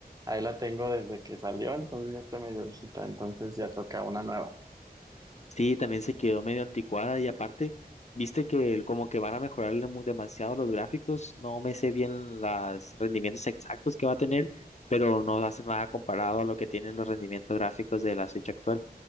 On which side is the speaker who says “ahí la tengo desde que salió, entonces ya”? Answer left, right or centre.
Right